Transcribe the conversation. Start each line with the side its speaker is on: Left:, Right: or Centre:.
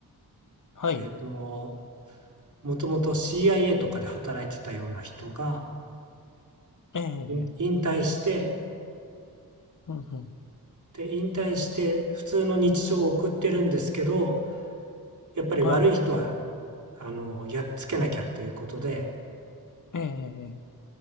Left: はい。
Right: えっと、もともと CIA とかで働いてたような人が、
Left: ええ、
Right: い引退して、
Left: ええうんうん。
Right: で、引退して普通の日常を送ってるんですけど、やっぱり悪い人は、
Left: はい。
Right: あの、やっつけなきゃっていうことで、
Left: ええ、ええ